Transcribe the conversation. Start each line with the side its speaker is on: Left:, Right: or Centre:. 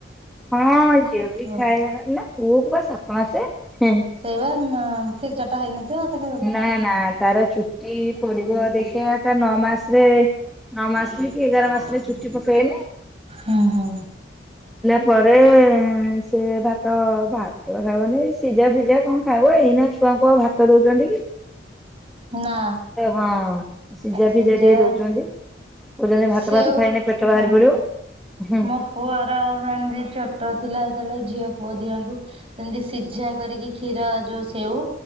Centre: ହଁ ଝିଅ ବି
Right: ପୁଅ
Centre: ଖାଏ ଭା ନା ପୁଅକୁ ପା ସାତ ମାସେ ହେଁ।
Right: ସେଇପା ନ କ୍ଷୀରି ଚଟା ହେଇନଥିବ ତ
Centre: ନା ନା ତାର ଚୁଟି ପଡିବ ଦେଖିବା ତା ନଅ ମାସରେ ନଅ ମାସରେ
Right: <unintelligible>
Centre: କି ଏଗାର ମାସରେ ଚୁଟି ପକେଇନି
Right: ପଡେ ହଁ ହଁ।
Centre: ପରେ ସେ ଭାତ ଭାତ ତ ଖାଇବନି ଏଇ ସିଜା ଫିଜା କଣ ଖାଇବ ଏଇନା ଛୁଆଙ୍କୁ ଆଉ ଭାତ ଦୋଉଚନ୍ତି
Right: ନା
Centre: ହଁ ସିଝା
Right: ସିଜା
Centre: ଫିଜା ଟିକେ ଦଉଛନ୍ତି କହୁଛନ୍ତି ଭାତ
Right: ସେଉ
Centre: ଭାତ ଖାଇଲେ ପେଟ ବାହାରି
Right: ହଁ
Centre: ପଡିବ ହୁଁ
Right: ମୋ ପୁଅର ସେମତି ଛୋଟ ଥିଲା ଯେତେବେଳେ ଝିଅ ପୁଅ ଦିଜଣଙ୍କୁ ସେମତି ସିଝା କରିକି ଖି କ୍ଷୀର ଯୋଉ ସେଉ